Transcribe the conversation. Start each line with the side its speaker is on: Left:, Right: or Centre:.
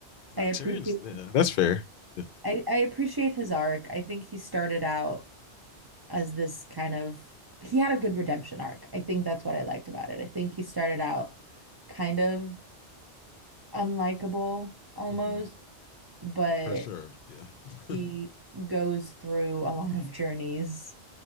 Left: Not
Right: I appreciate
Left: Tyrion's. Yeah, that's fair. Yeah.
Right: I, I appreciate his arc. I think he started out as this kind of he had a good redemption arc. I think that's what I liked about it. I think he started out kind of unlikable almost,
Left: hmm
Right: but
Left: For sure. Yeah.
Right: he
Left: <laughs>
Right: goes through a lot of journeys